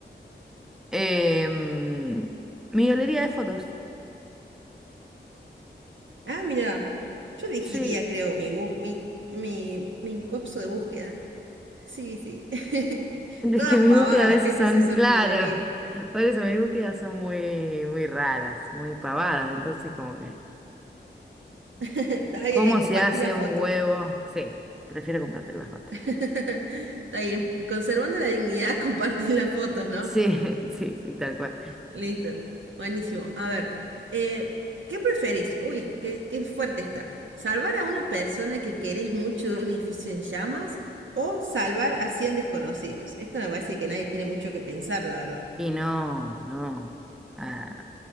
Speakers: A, in the centre; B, on the right (about 75°).
A: Em, mi galería de fotos.
B: Ah, mira, yo elegiría,
A: Sí,
B: creo, mi bus, mi, mi, mi coso de búsqueda. Sí, sí. <laughs>
A: Es
B: Todas
A: que mis
B: pavadas,
A: búsquedas a
B: la
A: veces
B: gente
A: son,
B: se sorprendería.
A: claro, <laughs> por eso mis búsquedas son muy, muy raras, muy pavadas. Entonces, como que,
B: <laughs> Está bien,
A: ¿cómo
B: compartí
A: se hace
B: las
A: un
B: fotos.
A: huevo? Sí, prefiero compartir la foto.
B: <laughs> Está bien, conservando la dignidad, <laughs> compartir las fotos, ¿no?
A: Sí, <laughs> sí, sí, tal cual.
B: Listo. Buenísimo. A ver, eh, ¿qué preferís? Uy, qué, qué fuerte está. ¿Salvar a una persona que querés mucho de un edificio en llamas o salvar a 100 desconocidos? Esto me parece que nadie tiene mucho que pensar, la verdad.
A: Y no, no, a,